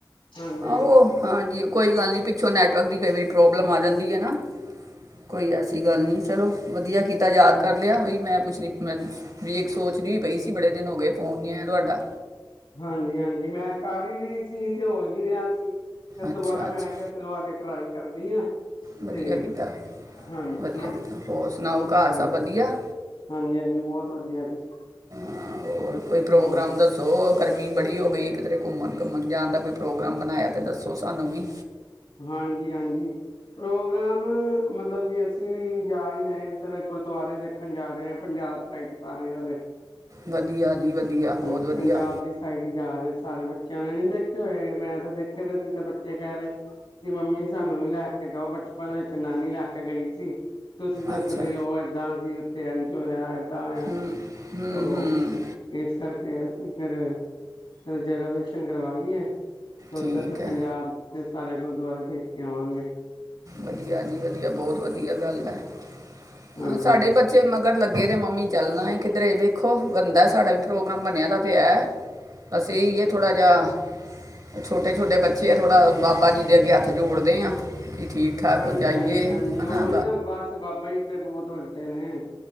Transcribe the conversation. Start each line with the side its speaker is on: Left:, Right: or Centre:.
Left: ਹਾਂਜੀ।
Right: ਔ ਹਾਂਜੀ, ਕੋਈ ਗੱਲ ਨਹੀਂ ਪਿੱਛੋਂ ਨੈਟਵਰਕ ਦੀ ਕਈ ਵਾਰੀ ਪ੍ਰੋਬਲਮ ਆ ਜਾਂਦੀ ਏ ਨਾ ਕੋਈ ਐਸੀ ਗੱਲ ਨੀ, ਚਲੋ ਵਧੀਆ ਕੀਤਾ ਯਾਦ ਕਰ ਲਿਆ। ਹੋਈ ਮੈਂ ਪੁੱਛਦੀ ਮੈਂ ਵੀ ਇੱਕ ਸੋਚਦੀ ਪਈ ਸੀ ਬੜੇ ਦਿਨ ਹੋ ਗਏ ਫੋਨ ਨੀ ਆਇਆ ਤੁਹਾਡਾ
Left: ਹਾਂਜੀ-ਹਾਂਜੀ, ਮੈਂ ਕਰ ਹੀ ਰਹੀ ਸੀ ਤੇ ਹੋ ਹੀ ਨੀ ਰਿਹਾ ਸੀ ਫਿਰ ਦੁਬਾਰਾ
Right: ਅੱਛਾ
Left: ਮੈਂ
Right: ਅੱਛਾ
Left: ਕਿਹਾ ਚਲੋ ਆਕੇ ਟਰਾਈ ਕਰਦੀ ਆ।
Right: ਵਧੀਆ
Left: ਤੇ
Right: ਕੀਤਾ,
Left: ਹਾਂਜੀ
Right: ਵਧੀਆ ਕੀਤਾ। ਹੋਰ ਸੁਣਾਓ ਘਰ
Left: ਹਾਂ।
Right: ਸਭ ਵਧੀਆ?
Left: ਹਾਂਜੀ-ਹਾਂਜੀ, ਬਹੁਤ ਵਧੀਆ ਹੈ ਜੀ।
Right: ਹਾਂ, ਹੋਰ ਕੋਈ ਪ੍ਰੋਗਰਾਮ
Left: ਹੋਰ
Right: ਦਾ ਹੋ ਗਰਮੀ ਬੜੀ ਹੋ ਗਈ ਇੱਧਰੇ ਘੁੰਮਣ, ਘੁੰਮਣ ਜਾਣ ਦਾ ਕੋਈ ਪ੍ਰੋਗਰਾਮ ਬਣਾਇਆ ਤਾਂ ਦੱਸੋ ਸਾਨੂੰ ਵੀ
Left: ਹਾਂਜੀ, ਹਾਂਜੀ ਪ੍ਰੋਗਰਾਮ ਮਤਲਬ ਕਿ ਅਸੀਂ ਵੀ ਜਾ ਹੀ ਰਹੇ। ਕਿਧਰ ਗੁਰਦੁਆਰੇ ਦੇਖਣ ਜਾਣੇ ਪੰਜਾਬ ਸਾਈਡ ਸਾਰੇ ਵਾਲੇ
Right: ਵਧੀਆ ਜੀ ਵਧੀਆ
Left: ਹਾਂਜੀ
Right: ਬਹੁਤ ਵਧੀਆ।
Left: ਪੰਜਾਬ ਦੀ ਸਾਈਡ ਜਾ ਰਹੇ ਸਾਰੇ ਬੱਚਿਆਂ ਨੇ ਨੀ ਦੇਖੇ ਹੋਏ ਮੈਂ ਤੇ ਦੇਖੇ ਸੀ ਤੇ ਬੱਚੇ ਕਹਿ ਰਹੇ। ਕਿ ਮੰਮੀ ਸਾਨੂੰ ਵੀ ਲੈ ਕੇ ਜਾਓ ਬਚਪਨ ਵਿੱਚ ਨਾਨੀ ਲੈ ਕੇ ਗਈ ਸੀ। ਤੁਸੀਂ ਦੱਸਦੇ
Right: ਅੱਛਾ
Left: ਹੋ ਇਏਦਾਂ ਸੀ ਉੱਥੇ ਇੰਝ ਹੋਇਆ ਏਦਾਂ ਹੋਇਆ
Right: ਹਮ ਹਮ
Left: ਤੋ
Right: ਹਮ
Left: ਇਸ ਕਰਕੇ ਅਸੀਂ ਫਿਰ ਰਿਜ਼ਰਵੇਸ਼ਨ ਕਰਵਾਈ ਹੈ। ਤੇ ਉੱਧਰ
Right: ਠੀਕ
Left: ਦੇ
Right: ਹੈ
Left: ਪੰਜਾਬ ਦੇ ਸਾਰੇ ਗੁਰਦੁਆਰੇ ਦੇਖ ਕੇ ਆਵਾਂਗੇ।
Right: ਵਧੀਆ ਜੀ ਵਧੀਆ ਬਹੁਤ ਵਧੀਆ ਗੱਲ ਹੈ
Left: ਹਾਂਜੀ
Right: ਹਾਂ ਸਾਡੇ ਮਗਰ ਲੱਗੇ ਤਾਂ ਮੰਮੀ ਚੱਲਣਾ ਏ ਕਿੱਧਰੇ ਵੇਖੋ ਬੰਦਾ ਸਾਡਾ ਵੀ ਪ੍ਰੋਗਰਾਮ ਬਣਿਆ ਤਾਂ ਹੈ।
Left: ਹ
Right: ਅਸਂ ਇ ਥੋੜ੍ਹਾ ਜਿਹਾ। ਛੋਟੇ ਛੋਟੇ ਬੱਚੇ ਆ ਥੋੜ੍ਹਾ ਬਾਬਾ ਜੀ ਦੇ ਅੱਗੇ ਹੱਥ ਜੋੜਦੇ ਹਾਂ ਕਿ ਠੀਕ ਠਾਕ
Left: ਹਾਂਜੀ
Right: ਜਾਈਏ
Left: ਹਾਂਜੀ ਹਾਂਜੀ
Right: ਹਨਾ
Left: ਉਹੀ ਨਾ ਬਸ ਬਾਬਾ ਜੀ ਤੇ ਬਹੁਤ ਵੱਡੇ ਨੇ